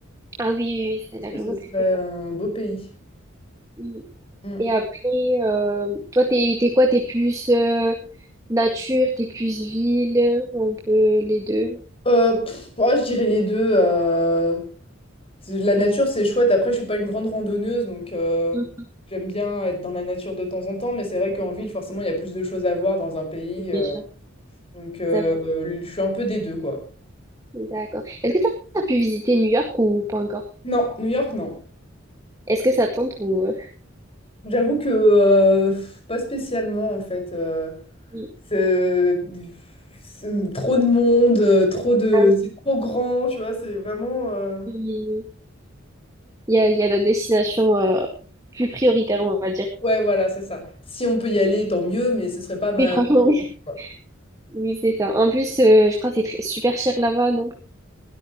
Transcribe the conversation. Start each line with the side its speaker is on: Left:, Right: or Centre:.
Right: ah oui, oui, oui, ça a
Left: Je
Right: l'air
Left: pense
Right: vraiment
Left: que ce
Right: très
Left: serait
Right: très
Left: un beau pays.
Right: bon.
Left: Mm.
Right: Et après, euh, toi, t'es, t'es quoi? T'es plus euh, nature, t'es plus ville, un peu les deux.
Left: Euh, pff, ouais, je dirais les deux. euh, c'est- La nature, c'est chouette. Après, je suis pas une grande randonneuse, donc euh,
Right: Mm.
Left: j'aime bien être dans la nature de temps en temps. Mais c'est vrai qu'en ville, forcément, il y a plus de choses à voir dans un pays.
Right: Bien
Left: euh,
Right: sûr.
Left: Donc, euh,
Right: Ça bouge.
Left: je suis un peu des deux, quoi.
Right: D'accord. Est-ce que t'as as pu visiter New York ou pas encore?
Left: Non, New York, non.
Right: Est-ce que ça tente ou... euh,
Left: J'avoue que euh, pas spécialement, en fait. euh,
Right: il-
Left: c'est c'est trop de monde, euh, trop de,
Right: Ah
Left: c'est trop grand, tu vois. C'est vraiment. euh,
Right: oui, il y a, il y a la destination euh, plus prioritaire, on va dire.
Left: Ouais, voilà, c'est ça. Si on peut y aller, tant mieux, mais ce serait pas ma.
Right: Oui, franchement,
Left: priorité,
Right: oui. <laughs>
Left: quoi.
Right: Oui, c'est ça. En plus, euh, je crois que c'est très- super cher là-bas, non?